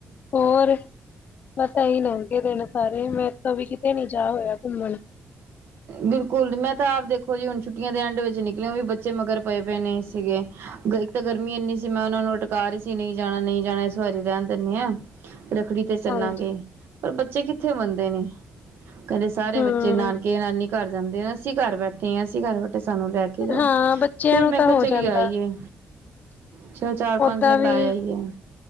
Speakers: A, on the left; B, on the right.
A: ਹੋਰ ਬਸ ਇਹੀ ਲੰਗੇ ਦਿਨ ਸਾਰੇ ਮੇਤੋ ਵੀ ਕਿਤੇ ਨੀ ਜਾ ਹੋਇਆ ਘੁੰਮਣ
B: ਬਿਲਕੁਲ ਮੈਂ ਤਾਂ ਆਪ ਦੇਖੋ ਜੀ, ਹੁਣ ਛੁੱਟੀਆਂ ਦੇ ਐਂਡ ਵਿੱਚ ਨਿਕਲੇਓ ਵੀ ਬੱਚੇ ਮਗਰ ਪਏ ਪੲ ਨੇ ਸੀਗੇ। ਇੱਕ ਤਾਂ ਗਰਮੀ ਇੰਨੀ ਸੀ, ਮੈਂ ਉਹਨਾ ਨੂੰ ਅਟਕਾ ਰਹੀ ਸੀ ਨਹੀਂ ਜਾਣਾ ਨਹੀਂ ਜਾਣਾ ਇਸ ਵਾਰੀ ਰਹਿਣ ਦਿੰਣੇ ਆਂ
A: <inaudible>
B: ਰੱਖੜੀ ਤੇ ਚੱਲਾਂਗੇ
A: ਹਾਂਜੀ
B: ਪਰ ਬੱਚੇ ਕਿੱਥੇ ਮੰਨਦੇ ਨੇ ਕਹਿੰਦੇ ਸਾਰੇ
A: ਹਮ
B: ਬੱਚੇ ਨਾਨਕ ਨਾਨੀ ਘਰ ਜਾਂਦੇ ਆ, ਅਸੀਂ ਘਰ ਬੈਠੇ ਹਾਂ, ਅਸੀਂ ਘਰ ਬੈਠੇ ਸਾਨੂੰ ਲੈ ਕੇ ਜਾਓ
A: ਹਾਂ ਬੱਚਿਆਂ
B: ਫੇਰ
A: ਨੂੰ
B: ਮੈਂ
A: ਤਾਂ
B: ਕਿਹਾ
A: ਹੋ
B: ਚਲੀ
A: ਜਾਂਦਾ
B: ਆਈਏ। ਚੱਲ ਚਾਰ- ਪੰਜ
A: ਓਦਾਂ
B: ਦਿਨ ਲਾ
A: ਵੀ
B: ਆਇ ਏ